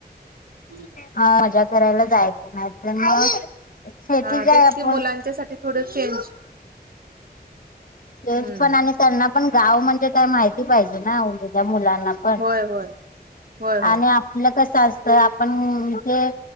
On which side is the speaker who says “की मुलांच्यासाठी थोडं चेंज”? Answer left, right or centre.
Right